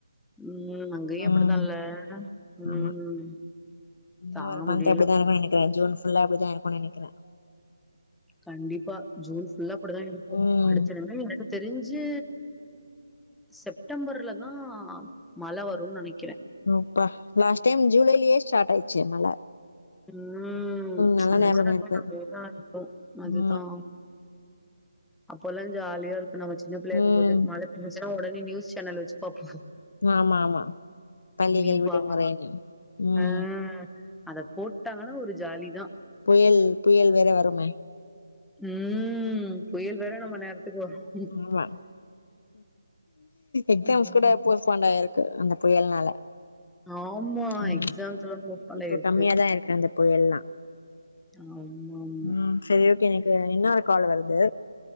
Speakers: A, in the centre; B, on the left.
A: ம் அங்கயு
B: ம்
A: அப்படித்தால்ல ம்
B: ஆமா இன்னு
A: தாங்க
B: ஒரு மந்த்
A: முடியல
B: அப்டிதா இருக்கு நெனைக்கற ஜூன் ஃபுல்லா அப்டிதா இருக்குன் நெனைக்கற
A: கண்டிப்பா ஜூன் ஃபுல்லா அப்படிதா இருக்கு
B: ம்
A: அடுத்த <unintelligible> தெரிஞ்சு செப்டம்பர்ல்ல தா மழ வருனு நெனைக்கற
B: ம் பா லாஸ்ட் டைம் ஜூலைலேயே ஸ்டார்ட் ஆயிச்சே மழ
A: ம்
B: நல்லா
A: அந்த
B: ஞாபகோ
A: மாரிதா
B: இருக்கு
A: <unintelligible> இதா இருக்கு அதுதா
B: ஆமா
A: அப்போல்லா ஜாலியா இருக்கு நம்ம ஜின்ன புள்ளையா இருக்கு
B: ம்
A: போது மழ பேஞ்சுச்சுனா ஒடனே நியூஸ் சேனல் வச்சு பாப்
B: ஆமா ஆமா பள்ளிகள்
A: க்லீபா
B: விடுமுறைன்னு ம்
A: அஹ் போட்டாங்கன்னா ஒரு ஜாலி தா
B: புயல் புயல் வேற வருமே
A: ம் புயல் வேற நம்ம நேரத்துக்கு வரு
B: ஆமா எக்ஸாம்ஸ்
A: ம்
B: கூட போஸ் பாண்ட் ஆயிருக்கு அந்த புயல்னால
A: ஆமா
B: ம்
A: எக்ஸாம்ஸ் எல்லா போஸ்ட்போன்
B: இப்போ
A: ஆயிருக்கு
B: கம்மியாதா இருக்கு அந்த புயல்லா
A: ஆமாம்
B: ம் சரி ஓகே எனக்கு இன்னொரு கால் வருது